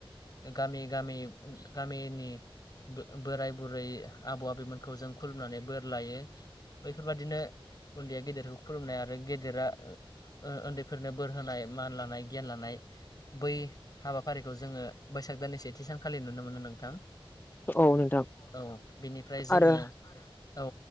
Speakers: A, on the left (about 40°); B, on the left (about 20°).
A: गामि-गामि-गामिनि। बो-बोराय बुरै आबौ आबिमोनखौ जों खुलुमनानै बोर लायो। बैफोरबादिनो उन्दैया गेदेरखौ खुलुमनाय आरो गेदेरा उओ उन्दै फोरनो बोर होनाय मान लानाय गियान लानाय बै हाबाफारिखौ जोङो बैसाग दाननि सेथि सानखालि नुनो मोनो नोंथां।
B: औ नोंथां।
A: औ बेनिफ्राय जोङो
B: आरो
A: आरो औ